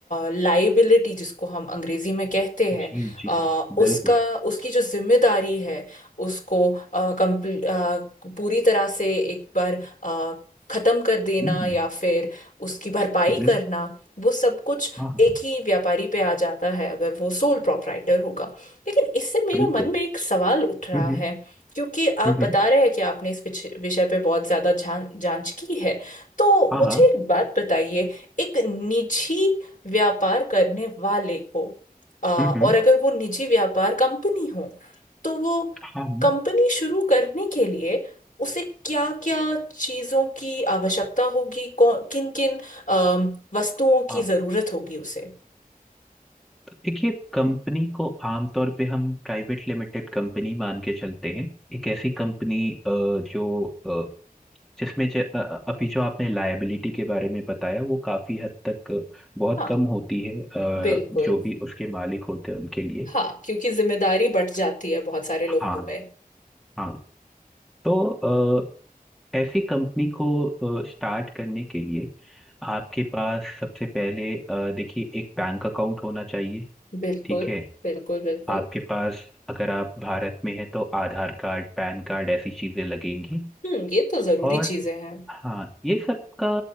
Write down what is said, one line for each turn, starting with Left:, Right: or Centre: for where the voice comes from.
Left: लाइबिलिटी जिसको हम अंग्रेजी में कहते हैं
Centre: जी जी
Left: अ, उसका
Centre: बिल्कुल
Left: उसकी जो जिम्मेदारी है उसको अ, complete- अ, पूरी तरह से एक बार अ, खत्म कर देना
Centre: हम्म, हम्म,
Left: या फिर उसकी भरपाई
Centre: बिल
Left: करना वो सब कुछ
Centre: हाँ हाँ
Left: एक ही व्यापारी पे आ जाता है अगर वो सोल प्रोप्राइटर होगा लेकिन इससे मेरे
Centre: बिल्कुल
Left: मन में एक सवाल उठ रहा
Centre: हम्म
Left: है क्योंकि आप
Centre: हम्म हम्म,
Left: बता रहे हैं कि आपने इस विच- विषय पे बहुत ज्यादा जान, जांच की है तो
Centre: हाँ
Left: मुझे
Centre: हाँ
Left: एक बात बताइए एक निजी व्यापार करने वाले को आ,
Centre: हम्म
Left: और
Centre: हम्म,
Left: अगर वो निजी व्यापार कंपनी हो तो वो
Centre: हाँ हम्म,
Left: कंपनी शुरू करने के लिए उसे क्या क्या चीजों की आवश्यकता होगी किन किन वस्तुओं
Centre: हाँ
Left: की जरूरत होगी उसे
Centre: देखिए कंपनी को आमतौर पे हम प्राइवेट लिमिटेड कंपनी मान के चलते हैं एक ऐसी कंपनी जो अ, जिसमें ज, अ, अ, अभी जो आपने लायबिलिटी के बारे में बताया वो काफी हद तक बहुत
Left: हाँ
Centre: कम होती है अ,
Left: बिल्कुल
Centre: जो भी उसके मालिक होते हैं उनके लिए
Left: हाँ क्योंकि जिम्मेदारी बढ़ जाती है बहुत सारे लोगों
Centre: हाँ
Left: में
Centre: हाँ तो अ, ऐसी कंपनी को स्टार्ट करने के लिए आपके पास सबसे पहले अ, देखिए एक बैंक अकाउंट होना चाहिए
Left: बिल्कुल
Centre: ठीक है
Left: बिल्कुल बिल्कुल
Centre: आपके पास अगर आप भारत में हैं तो आधार कार्ड पैन कार्ड ऐसी चीजें लगेंगी
Left: हम्म ये तो जरूरी
Centre: और
Left: चीजें हैं
Centre: हाँ ये सब का